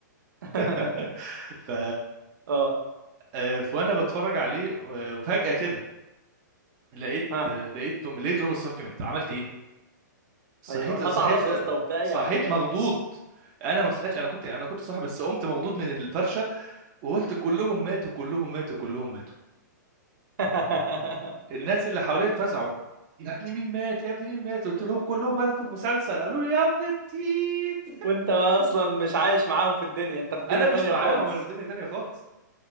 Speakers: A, on the right; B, on the right.
A: <laughs>
B: <laughs> ف
A: اه
B: آه، فانا بتفرج عليه آه، فجأة كده لقيت
A: ها
B: آه، لقيت لقيت روب ستارك مات عملت ايه صحيت
A: ايوه قطع
B: صحيت
A: راسه
B: آه،
A: يا اسطى وبتاع
B: صحيت
A: ايه يا عم ده
B: مخضوض انا ما صحيتش انا كنت انا كنت صاحي بس قمت مخضوض من الفرشه وقلت كلهم ماتوا كلهم ماتوا كلهم ماتوا
A: <laughs>
B: الناس اللي حواليا اتفزعوا يا ابني مين مات يا ابني مين مات قلت لهم كلهم ماتوا في المسلسل قالوا لي يا ابن التيت
A: وانت اصلا مش عايش معاهم في الدنيا انت في دنيا
B: انا مش
A: تانية
B: معاهم
A: خالص
B: انا في دنيا تانية خالص